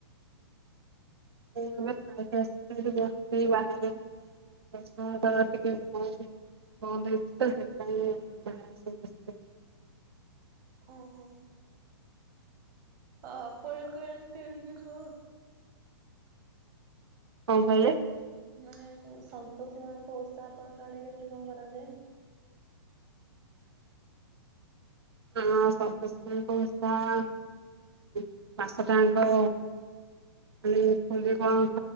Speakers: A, on the right; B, on the right.
A: ମୁଁ ଏବେ ଖାଇକି ଆସିଚି ଏଇଠି ବସିଚି ବାହାରେ। <unintelligible> ବନ୍ଦ ହେଇଚିତ ସେଥିପାଇଁ ବାହାରେ ଆସିକି ବସିଚି।
B: ଓହୋ। ଆଁ ଆପଣ କଣ ଖାଇଚ କଣ?
A: କଣ କହିଲେ?
B: ମାନେ ସନ୍ତୋଷୀ ମାଙ୍କ ଓଷା ଆପଣଙ୍କ ଆଡ଼େକେମିତି କଣ କରାଯାଏ?
A: ହଁ ସନ୍ତୋଷୀ ମାଁଙ୍କ ଓଷା ମାସଟା ଆଙ୍କ ମାନେ ସ୍କୁଲରେ କଣ